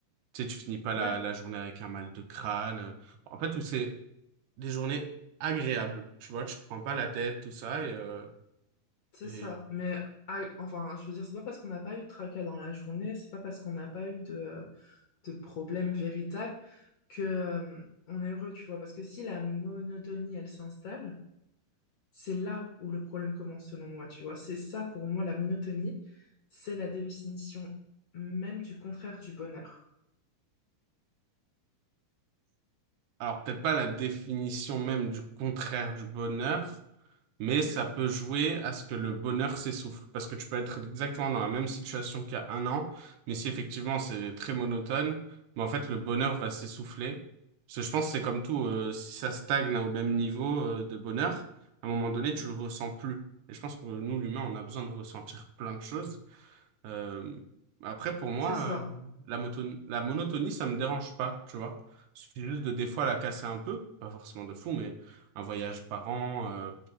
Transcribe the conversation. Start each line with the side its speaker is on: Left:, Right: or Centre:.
Right: tu sais, tu finis pas
Left: Ouais,
Right: la, la journée avec un mal de crâne. euh, En fait, où c'est des journées agréables, tu vois, tu te prends pas la tête, tout ça. Et, euh,
Left: c'est
Right: et...
Left: ça. Mais ah, enfin, je veux dire, c'est pas parce qu'on n'a pas eu de tracas dans la journée, c'est pas parce qu'on n'a pas eu de de problème véritable que euh, on est heureux, tu vois. Parce que si la monotonie, elle s'installe, c'est là où le problème commence, selon moi, tu vois. C'est ça, pour moi, la monotonie, c'est la définition même du contraire du bonheur.
Right: Alors, peut-être pas la définition même du contraire du bonheur, mais ça peut jouer à ce que le bonheur s'essouffle. Parce que tu peux être exactement dans la même situation qu'il y a un an, mais si effectivement c'est très monotone, mais en fait le bonheur va s'essouffler. Parce que je pense que c'est comme tout, euh, si ça stagne au même niveau, euh, de bonheur, à un moment donné, tu le ressens plus. Et je pense que nous, l'humain, on a besoin de ressentir plein de choses. Euh, après, pour moi,
Left: C'est ça.
Right: euh, la moto- la monotonie, ça me dérange pas, tu vois. Il suffit juste de des fois la casser un peu, pas forcément de fou, mais un voyage par an, euh,